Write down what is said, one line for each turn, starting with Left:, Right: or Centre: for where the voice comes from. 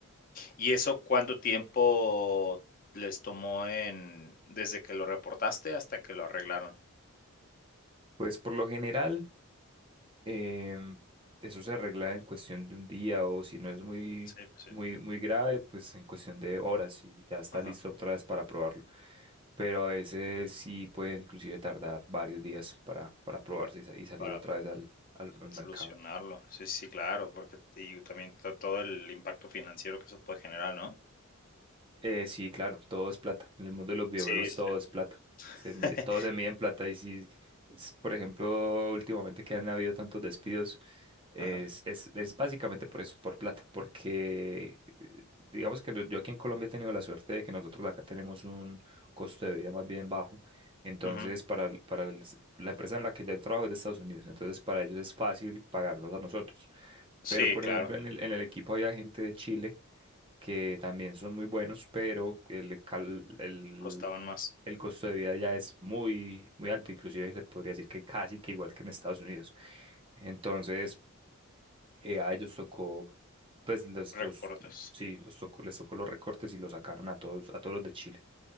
Left: ¿Y eso cuánto tiempo les tomó en desde que lo reportaste hasta que lo arreglaron?
Right: Pues por lo general, em, eso se arregla en cuestión de un día o si no es muy,
Left: Sí, pues sí.
Right: muy, muy grave, pues en cuestión de horas y ya está
Left: Ajá.
Right: listo otra vez para probarlo. Pero a veces sí puede inclusive tardar varios días para, para probarse y, sa- y salir
Left: Para.
Right: otra vez al, al al mercado.
Left: Solucionarlo. Sí, sí, claro, porque y también to todo el impacto financiero que eso puede generar, ¿no?
Right: Eh, sí, claro, todo es plata. En el mundo de los videojuegos
Left: Sí, sí,
Right: todo es plata.
Left: sí. <laughs>
Right: Se mide- todo se mide en plata. Y si, es- por ejemplo, últimamente que han habido tantos despidos, es,
Left: Ajá.
Right: es, es básicamente por eso, por plata. Porque eh, digamos que no, yo aquí en Colombia he tenido la suerte de que nosotros acá tenemos un costo de vida más bien bajo. Entonces,
Left: Ujú.
Right: para, el- para el- la empresa en la que yo trabajo es de Estados Unidos. Entonces, para ellos es fácil pagarnos a nosotros.
Left: Sí,
Right: Pero, por
Left: claro,
Right: ejemplo, en el, en el equipo había gente de Chile que también son muy buenos, pero el, cal- el,
Left: costaban más.
Right: el costo de vida ya es muy, muy alto, inclusive se podría decir que casi que igual que en Estados Unidos. Entonces, eh, a ellos tocó, pues los,
Left: Recortes.
Right: los, sí, los tocó, les tocó los recortes y los sacaron a todos, a todos los de Chile.